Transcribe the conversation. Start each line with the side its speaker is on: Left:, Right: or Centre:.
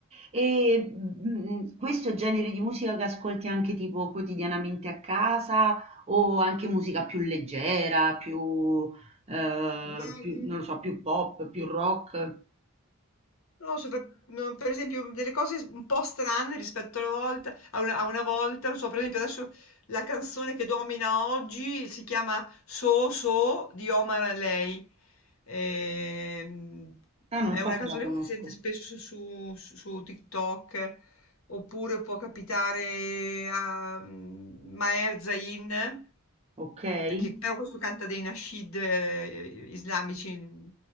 Right: E, mhmm, questo è il genere di musica che ascolti anche tipo quotidianamente a casa o anche musica più leggera, più, ehm,
Left: Ma,
Right: più
Left: mm,
Right: non lo so, più pop, più rock?
Left: No, so per no, per esempio delle cose un po' strane rispetto alla volta a una a una volta, non so, per esempio adesso la canzone che domina oggi si chiama So So di Omar Haley. Ehm,
Right: Ah, non
Left: è
Right: so
Left: una
Right: se
Left: canzone
Right: la conosco.
Left: che si sente spesso su, su- su TikTok, oppure può capitare a mm, Maher Zain,
Right: Okay,
Left: che però questo canta dei nasheed eh, islamici mm,